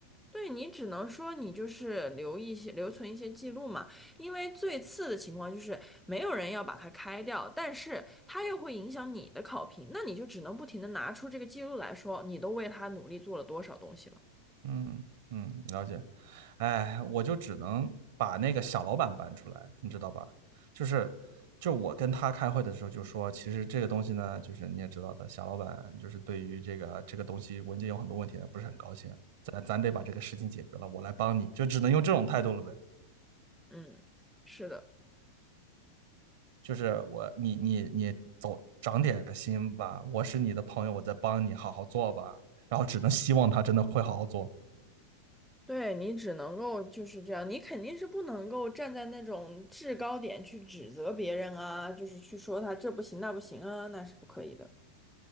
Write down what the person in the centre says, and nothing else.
对你只能说你就是留一些留存一些记录嘛，因为最次的情况就是没有人要把它开掉，但是它又会影响你的考评，那你就只能不停的拿出这个记录来说，你都为他努力做了多少东西了。
嗯，是的，
对你只能够就是这样，你肯定是不能够站在那种制高点去指责别人啊，就是去说他这不行那不行啊，那是不可以的。